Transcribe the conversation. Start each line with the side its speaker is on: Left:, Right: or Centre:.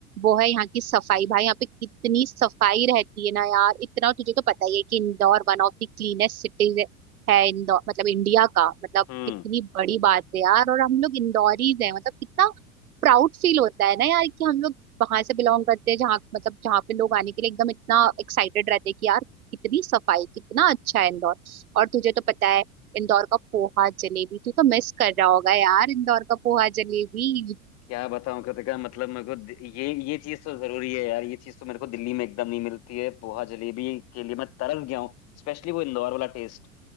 Right: वो है यहाँ की सफाई भाई यहाँ पे कितनी सफाई रहती है ना यार इतना तुझे तो पता ही है कि Indore one of the cleanest cities है इंदौर मतलब इंडिया का मतलब
Left: हम्म
Right: कितनी बड़ी बात है यार और हम लोग इंदौरीज हैं मतलब कितना प्राउड फील होता है ना यार कि हम लोग वहां से बिलोंग करते हैं जहाँ मतलब जहाँ पे लोग आने के लिए एकदम इतना एक्साइटेड रहते हैं कि यार कितनी सफाई कितना अच्छा है इंदौर और तुझे तो पता है इंदौर का पोहा जलेबी तू तो मिस कर रहा होगा यार इंदौर का पोहा जलेबी
Left: क्या बताऊं कृतिका मतलब मेरे को दि- ये ये चीज तो जरूरी है यार ये चीज तो मेरे को दिल्ली में एकदम नहीं मिलती है पोहा जलेबी के लिए मैं तरस गया हूँ स्पेशली वो इंदौर वाला टेस्ट